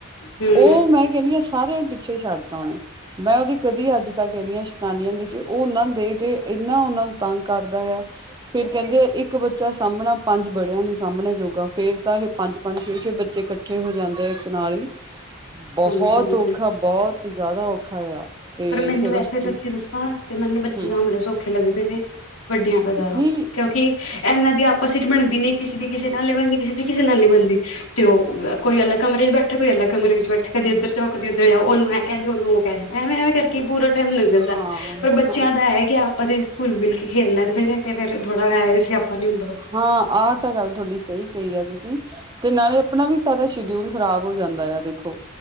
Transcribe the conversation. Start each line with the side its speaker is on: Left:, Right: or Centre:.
Left: ਹਮ
Right: ਓ ਮੈਂ ਕਹਿੰਨੀ ਆਂ ਸਾਰਿਆਂ ਪਿਛੇ ਛੱਡਤਾ ਓਣੇ। ਮੈਂ ਓਹਦੀ ਕਦੀ ਅੱਜ ਤੱਕ ਏਨਿਆਂ ਸ਼ੈਤਾਨੀਆਂ ਨੀ ਦੇਖਿਆਂ ਓ ਓਨਾਂ ਨੂੰ ਦੇਖ ਦੇ ਕੇ ਏਨਾਂ ਓਨਾਂ ਤੰਗ ਕਰਦਾ ਆ। ਫੇਰ ਕਹਿੰਦੇ ਆ ਏਕ ਬੱਚਾ ਸਾਂਭਣਾ ਪੰਜ ਬੜਿਆਂ ਨੂੰ ਸਾਮਬਣੇ ਜੋਗਾ ਫੇਰ ਤਾਂ ਏਹ ਪੰਜ ਪੰਜ ਛੇ ਛੇ ਬੱਚੇ ਕੱਠੇ ਹੋ ਜਾਂਦੇ ਐ ਇੱਕ ਨਾਲ ਈ। ਬਹੁਤ
Left: ਹਾਂਜੀ ਹਾਂਜੀ
Right: ਔਖਾ ਬਹੁਤ ਜ਼ਿਆਦਾ ਔਖਾ ਆ। ਤੇ
Left: ਪਰ ਮੈਨੂੰ
Right: ਫੇਰ
Left: ਵੈਸੇ
Right: ਉਸ
Left: ਸੱਚੀ
Right: ਤੋਂ
Left: ਦੱਸਾਂ ਤੇ ਮੈਨੂੰ ਬੱਚੇ
Right: ਹੂੰ
Left: ਸਾਂਭਣੇ ਸੌਖੇ ਲੱਗਦੇ ਨੇ। ਵੱਡੀਆਂ ਤੋਂ ਜ਼ਿਆਦਾ
Right: ਨਹੀਂ
Left: ਕਿਉਂਕਿ ਇਹਨਾਂ ਦੀ ਆਪਸ ਵਿੱਚ ਬਣਦੀ ਨੀ। ਕਿਸੇ ਦੀ ਕਿਸੇ ਨਾਲ ਨਹੀਂ ਬਣਦੀ, ਕਿਸੇ ਦੀ ਕਿਸੇ ਨਾਲ ਨਹੀਂ ਬਣਦੀ ਤੇ ਉਹ ਕੋਈ ਅਲੱਗ ਕਮਰੇ ਚ ਬੈਠੇ ਕੋਈ ਅਲੱਗ ਕਮਰੇ ਵਿੱਚ ਬੈਠੇ, ਕਦੇ ਇੱਧਰ ਜਾਓ, ਕਦੇ ਉਧਰ ਜਾਓ, ਉਹਨੂੰ ਇਹ ਕਹਿ ਦਿਓ, ਉਹਨੂੰ ਉਹ ਕਹਿ ਦਓ ਐਵੇਂ ਐਵੇਂ ਕੀ ਪੂਰਾ ਟਾਈਮ ਲੰਘ ਜਾਂਦਾ,
Right: ਹਾਂ
Left: ਪਰ ਬੱਚਿਆਂ
Right: ਹਾਂ
Left: ਦਾ ਐ ਕਿ ਆਪਸ ਵਿੱਚ ਘੁਲ ਮਿਲ ਕੇ ਖੇਲ ਲੈਂਦੇ ਨੇ ਤੇ ਫੇਰ ਥੋੜਾ ਐ ਵੀ ਸਿਆਪਾ ਨੀ ਹੁੰਦਾ।
Right: ਹਾਂ ਆਹ ਤਾਂ ਗੱਲ ਤੁਹਾਡੀ ਸਹੀ ਕਈ ਆ ਤੁਸੀਂ। ਤੇ ਨਾਲੇ ਆਪਣਾ ਵੀ ਸਾਰਾ ਸ਼ਡਿਊਲ ਖ਼ਰਾਬ ਹੋ ਜਾਂਦਾ ਆ ਦੇਖੋ।